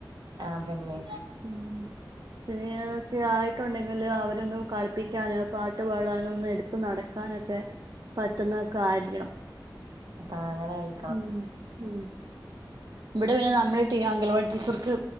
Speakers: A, on the right (about 70°); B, on the right (about 55°).
A: ആഹ് അതന്നെ
B: ഉം സീനിയറൊക്കെ ആയിട്ടുണ്ടെങ്കില് അവരൊന്ന് കളിപ്പിക്കാന് പാട്ട് പാടാനോ ഒന്ന് എട് ത്ത് നടക്കാനൊക്കെ പറ്റുന്ന ഒക്കെ ആയിരിക്കണം
A: അതാ അങ്ങനായി
B: ഉം ഉം ഇവിടെ പിന്നെ നമ്മളെ ടീ അങ്കൽവാടി ടീച്ചർക്ക്